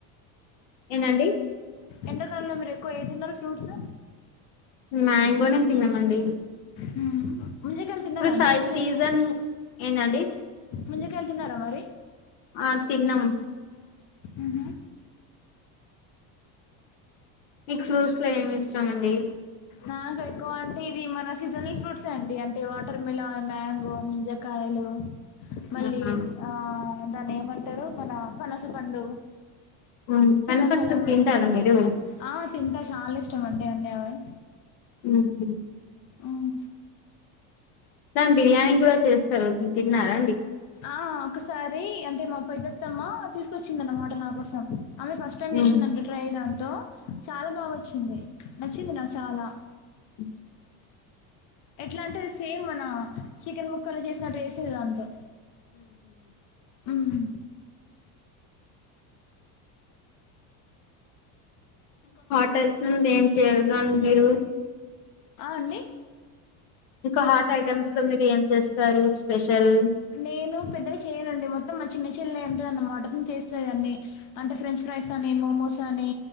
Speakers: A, on the left; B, on the left.
A: ఏందండి
B: ఎండకాలంలో మీరెక్కువ ఏదిన్నారు ఫ్రూట్స్
A: మ్యాంగోనే తిన్నామండి
B: హ్మ్. ముంజకాయలు తిన్నారా
A: ఇప్పుడు
B: అండి
A: సైజ్
B: రీసెంట్‌లీ?
A: సీజన్ ఏందండి
B: ముంజకాయలు తిన్నారా మరి?
A: ఆ తిన్నం
B: ఉహు
A: మీక్ ఫ్రూట్స్ లో ఏమిష్టమండి
B: నాకెక్కువ అంటే ఇది మన సీజనల్ ఫ్రూట్స్ ఎ అండి అంటే వాటర్ మిలాన్ మ్యాంగో ముంజక కాయలు మళ్ళీ
A: ఆహా
B: ఆ దాన్నేంమంటారు మన పనస పండు
A: మ్మ్
B: సీతాఫలం
A: కానీ ఫస్ట్ తింటారా
B: ఇదే
A: మీరు
B: ఆ తింటా చాలా ఇష్టం అండి అన్నీ అవి
A: ఉహు
B: ఉమ్.
A: దాన్ బిర్యానీ కూడా చేస్తారు తిన్నారాండి
B: ఆ ఒకసారి అంటే మా పెద్దత్తమ్మ తీసుకొచ్చింది అన్నమాట నా కోసం ఆమె ఫస్ట్ టైమ్
A: ఉహు
B: చేసిందండి ట్రై దాన్తో చాలా బాగొచ్చింది నచ్చింది నాక్ చాలా
A: ఉ
B: ఎట్లంటే సేమ్ మన చికెన్ ముక్కలు చేసినట్టు చేసెది దాంతో ఉమ్
A: <unintelligible> ఏం చేయర్గండి మీరు
B: ఆ అండి
A: ఇంక హార్ట్ ఐటమ్స్ లో మీరు ఏం చేస్తారు స్పెషల్
B: నేను పెద్దగా చెయనండి మొత్తం మా చిన్న చెల్లె అంటదన్న మట నేన్ చేస్తది అన్ని అంటే ఫ్రెంచ్ ఫ్రైస్ అని మోమోస్ అని